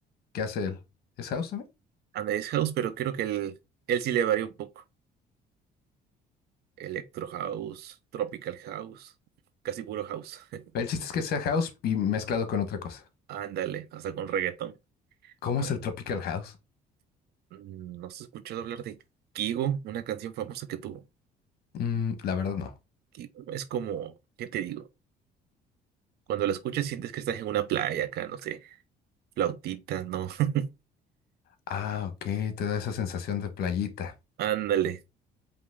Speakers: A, on the left (about 65°); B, on the right (about 70°).
A: que hace él? ¿Es House también?
B: Ándale, es House, pero creo que él, él sí le varía un poco. Electro House, Tropical House, casi puro House. <laughs>
A: El chiste es que sea House y mezclado con otra cosa.
B: Ándale, hasta con reggaetón.
A: ¿Cómo
B: Ah,
A: es el Tropical House?
B: mm, ¿No has escuchado hablar de Kigo? Una canción famosa que tuvo.
A: Mm, la verdad no.
B: Kigo es como, ¿qué te digo? Cuando lo escuchas sientes que estás en una playa acá, no sé, flautita, no. <laughs>
A: Ah, ok, te da esa sensación de playita.
B: Ándale.